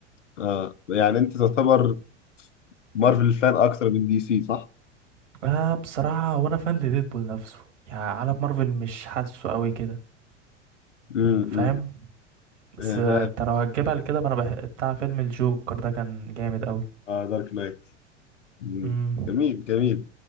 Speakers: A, on the left; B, on the right.
A: اه يعني انت تعتبر مارفل فان اكتر من دي سي صح؟
B: اه بصراحة وانا فان لديدبول نفسه يعني عالم مارفل مش حاسه قوي كده
A: امم
B: فاهم
A: مم.
B: بس
A: فاهم
B: آه، انت لو هتجيبها لكده ما انا بح... بتاع فيلم الجوكر ده كان جامد قوي
A: اه دارك نايت مم.
B: امم
A: جميل جميل